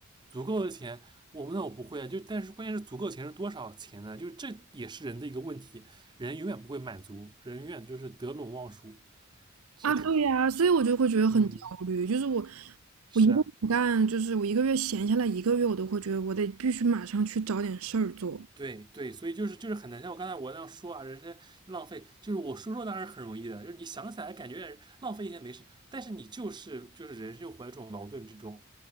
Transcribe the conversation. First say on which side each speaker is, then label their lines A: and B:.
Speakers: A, on the right; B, on the right.
A: 足够的钱，我那我不会啊。就但是关键是足够钱是多少钱呢？就是这也是人的一个问题，人永远不会满足，人永远就是得陇望蜀。这个，
B: 啊，对呀，所以我就会觉得很焦虑，
A: 嗯，
B: 就是我
A: 是啊，
B: 我一个不干，就是我一个月闲下来一个月，我都会觉得我得必须马上去找点事儿做，
A: 对对，所以就是就是很难。像我刚才我那样说啊，人生浪费，就是我说说当然是很容易的，就是你想起来感觉浪费一些没事，但是你就是就是人生又活在这种矛盾之中，